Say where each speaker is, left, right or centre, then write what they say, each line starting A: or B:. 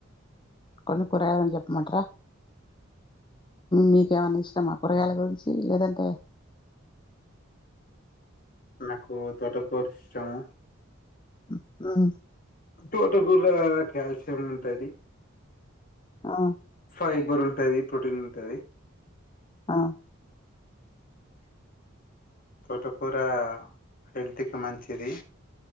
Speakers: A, on the left; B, on the left.
A: కొన్ని కూరగాయని జప్మంటరా మీకేమన్న ఇష్టమా కూరగాయల గురించి లేదంటే
B: నాకు తోటకూర్ ఇష్టము
A: ఉ ఉమ్
B: తోటకూర అట్ క్యాల్సియం ఉంటాది
A: ఆ
B: ఫైబర్ ఉంటాది ప్రొటిన్ ఉంటాది
A: ఆ
B: తోట కూర హెల్త్ కి మంచిది